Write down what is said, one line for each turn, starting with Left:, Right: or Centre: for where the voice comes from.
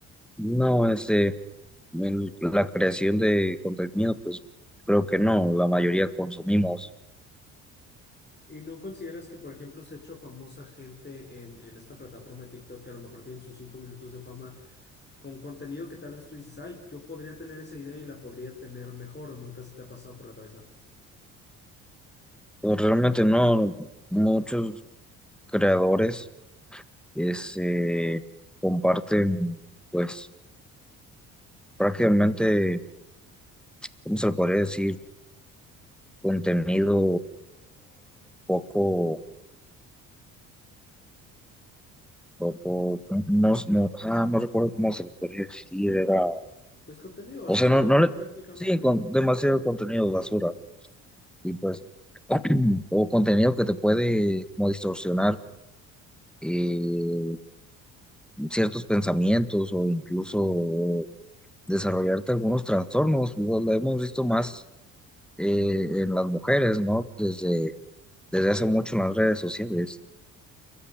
Centre: No, este, el- la creación de contenido pues creo que no, la mayoría consumimos.
Left: ¿Y no consideras que, por ejemplo, se ha hecho famosa gente en, en esta plataforma de TikTok que a lo mejor tienen sus cinco minutos de fama? con contenido que tal vez tú dices, ay, yo podría tener esa idea y la podría tener mejor o nunca se te ha pasado por la cabeza.
Centre: Pues realmente no, muchos creadores este, comparten, pues prácticamente, ¿cómo se le podría decir? Contenido poco, poco, no, no, no, ah, no recuerdo cómo se le podría decir, era,
Left: Pues contenido basura,
Centre: o sea, no, no
Left: ¿no?
Centre: le,
Left: Prácticamente.
Centre: sí, con demasiado contenido basura, y pues, <clears throat> o contenido que te puede como distorsionar eh, ciertos pensamientos o incluso desarrollarte algunos trastornos. Lo, lo hemos visto más eh, en las mujeres, ¿no? Desde, desde hace mucho en las redes sociales.